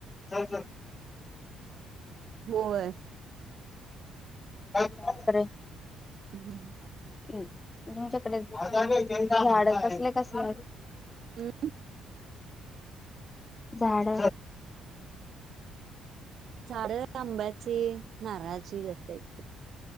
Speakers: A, on the left; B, on the right.
A: <unintelligible>
B: होय.
A: अरे.
B: <inaudible>
A: तुमच्याकडे झाड कसले कसले आहे.
B: हम्म
A: झाड
B: झाड आंब्याची नारळाची जास्त आहे.